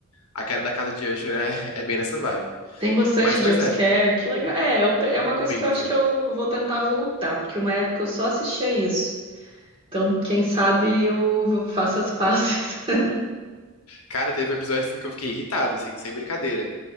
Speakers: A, on the left; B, on the right.
A: a queda da casa de Usher é, é bem nessa vibe.
B: Tem bastante
A: Mas,
B: jumpscare,
A: pois é,
B: que legal. É, eu pre- é
A: muito.
B: uma coisa que eu acho que eu vou tentar voltar, porque uma época eu só assistia isso. Então, quem sabe eu vou- faço as pazes. <laughs>
A: Cara, teve um episódio assim que eu fiquei irritado, assim, sem brincadeira.